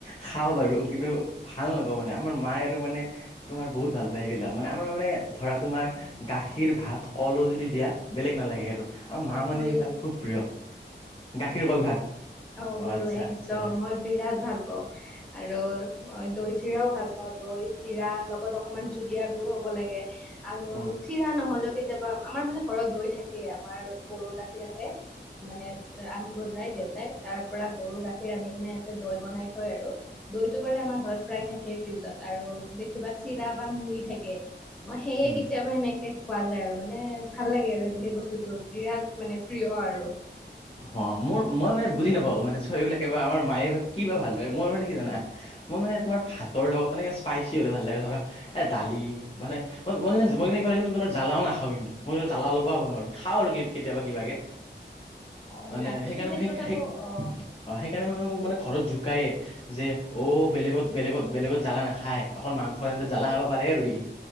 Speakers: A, on the left (about 30°); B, in the centre.
A: খাওঁ বাৰু কিন্তু ভাল নাপাওঁ মানে আমাৰ মায়ে আৰু মানে তোমাৰ বহুত ভাল পায় এইবিলাক মানে আমাৰ মা মানে ধৰা তোমাৰ গাখীৰ, ভাত, কলো যদি দিয়া বেলেগ নালাগে আৰু। আমাৰ মাৰ মানে
B: মইয়ো
A: সেইবিলাক খুব প্ৰিয় গাখীৰ, কল, ভাত।
B: অঁ!
A: অ
B: মোৰো
A: আচ্ছা
B: একদম
A: আচ্ছা
B: মই বিৰাট ভাল পাওঁ আৰু মই দৈ, চিৰাও ভাল পাওঁ। দৈ, চিৰা লগত অকমান জুলিয়া গুৰ হ'ব লাগে। আৰু
A: উম
B: চিৰা নহ'লেও কেতিয়াবা আমাৰ মানে ঘৰত দৈ থাকেই আৰু। আমাৰ গৰুৰ গাখীৰ আহে মানে আনিব যায় দেউতাই। তাৰ পৰা গৰু গাখীৰ আনি কিনে ইয়াতে দৈ বনাই থয় আৰু। দৈটো বাৰু আমাৰ ঘৰত প্ৰায় থাকেই ফ্ৰিজত আৰু বেছি কিবা চিৰা বা মুড়ি থাকে। মই সেয়ে
A: উম
B: কেতিয়াবা সেনেকে পোৱা যায় আৰু মানে ভাল লাগে আৰু সেই বস্তুটো, বিৰাট মানে প্ৰিয় আৰু।
A: অঁ! মোৰ মই মানে বুজি নাপাওঁ মানে ছোৱালী বিলাকে বা আমাৰ মায়ে বা কিবা ভাল পায়। মোৰ মানে কি জানা? মই মানে তোমাৰ ভাতৰ লগত এনেকে স্পাইচি হ'লে ভাল লাগে ধৰা এ দালি মানে মই কি মই ইফালে কিন্তু জালাও নাখাওঁ কিন্তু মই জালা অলপো খাব নোৱাৰো। খাওঁ আৰু কেতিয়াবা কিবাকে।
B: অ
A: মানে
B: নাই সেইটো
A: সেইকাৰণে
B: ক্ষেত্ৰত
A: মই সেই-সেই
B: আকৌ অ
A: সেইকাৰণে মানে মোক মানে ঘৰত জোকায়ে। যে অ বেলেগত-বেলেগত-বেলেগত জ্বালা নাখায় অকল মাংসৰ আঞ্জাত জ্বালা খাব পাৰে আৰু সি।